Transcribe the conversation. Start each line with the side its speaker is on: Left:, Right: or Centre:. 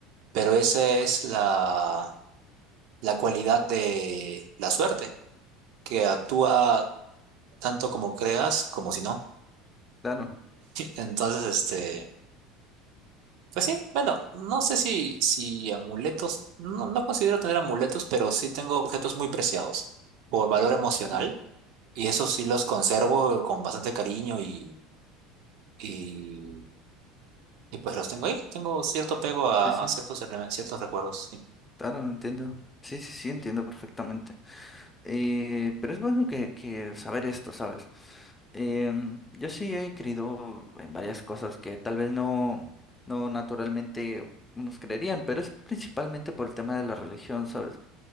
Right: pero esa es la, la cualidad de la suerte, que actúa tanto como creas como si no.
Left: claro,
Right: Entonces, este... Pues sí, bueno, no sé si, si amuletos, no, no considero tener amuletos, pero sí tengo objetos muy preciados por valor emocional
Left: claro.
Right: y esos sí los conservo con bastante cariño y, y, y pues los tengo ahí. Tengo cierto apego a,
Left: Sí, sí,
Right: a ciertos, rele- ciertos recuerdos. Sí.
Left: claro, entiendo. Sí, sí, sí, entiendo perfectamente. Eh, pero es bueno que, que saber esto, ¿sabes? Em, yo sí he creído en varias cosas que tal vez no, no naturalmente nos creerían, pero es principalmente por el tema de la religión, ¿sabes?